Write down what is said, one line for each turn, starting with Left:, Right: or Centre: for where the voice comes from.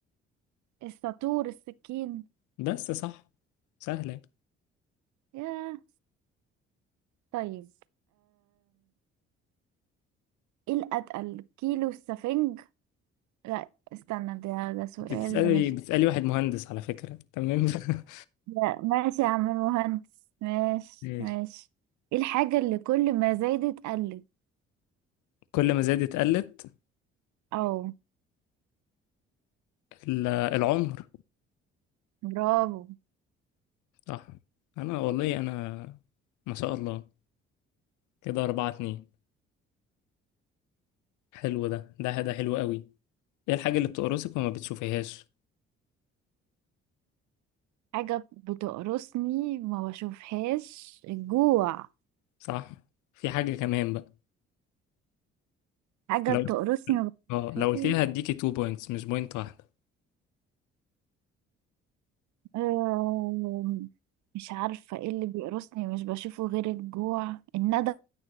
Right: الساطور السكين
Left: بس صح سهلة
Right: ياه طيب ايه الاتقل كيلو السفنج لا استنى ده ده سؤال
Left: بتسألي
Right: مش
Left: بتسألي واحد مهندس على فكرة تمام <laughs>
Right: لا ماشي يا عم المهندس ماشي
Left: ماشي
Right: ماشي ايه الحاجة اللي كل ما زادت قلت
Left: كل ما زادت قلت
Right: او
Left: ال- العمر
Right: برافو
Left: صح انا والله انا ما شاء الله كده أربعة اتنين حلو ده ده ده حلو قوي ايه الحاجة اللي بتقرصك وما بتشوفيهاش
Right: حاجة بتقرصني ما بشوفهاش الجوع
Left: صح في حاجة كمان بقى
Right: حاجة
Left: لو
Right: بتقرصني ما
Left: اه لو
Right: بشوفهاش
Left: قلت لي هديكي 2 بوينتس مش بوينت واحدة
Right: أم، مش عارفة ايه اللي بيقرصني مش بشوفه غير الجوع الندم